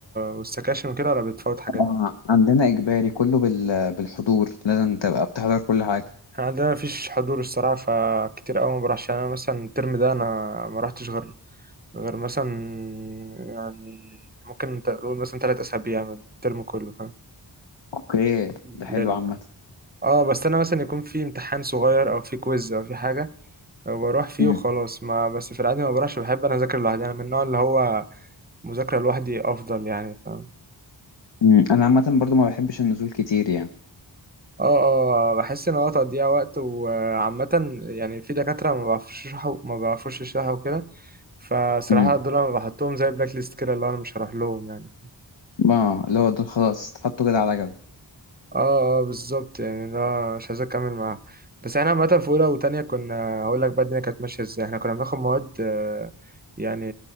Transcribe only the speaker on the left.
آه، عندنا إجباري كله بال... بالحضور لازم تبقى بتحضر كل حاجة
أوكي
ده حلو عامة
مم.
مم. أنا عامة برضو ما بحبش النزول كتير يعني
مم.
اه اللي هو دول خلاص تحطه كده على جنب